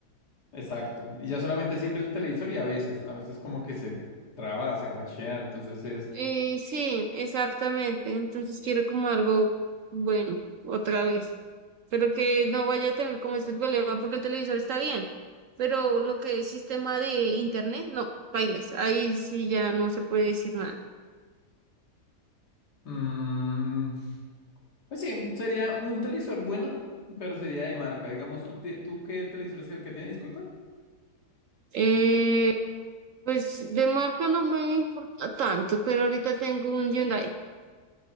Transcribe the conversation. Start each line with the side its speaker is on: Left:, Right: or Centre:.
Left: Exacto. Y ya solamente sirve el televisor y a veces, a veces como que se traba, se crashea, entonces es...
Right: Eh, sí, exactamente. Entonces quiero como algo bueno, otra vez. Pero que no vaya a tener como este problema porque el televisor está bien. Pero lo que es sistema de internet, no, bailas. Ahí sí ya no se puede decir nada.
Left: Mm, pues sí, sería un televisor bueno, pero sería de marca. Digamos, ¿tú, te- tú qué televisor es el que tiene? disculpa.
Right: Eh, pues de marca no me importa tanto, pero ahorita tengo un Hyundai,